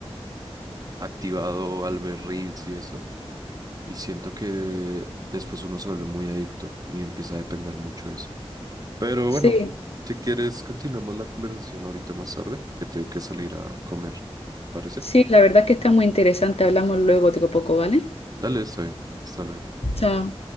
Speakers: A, on the right (about 35°); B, on the left (about 70°).
A: como activado al ver reels y eso, y siento que después uno se vuelve muy adicto y empieza a depender mucho de eso. Pero
B: Sí,
A: bueno, si quieres, continuamos la conversación ahorita más tarde, que tengo que salir a comer. ¿Parece?
B: sí, la verdad que está muy interesante. Hablamos luego otro poco, ¿vale?
A: Dale, está bien. Hasta luego.
B: Chao.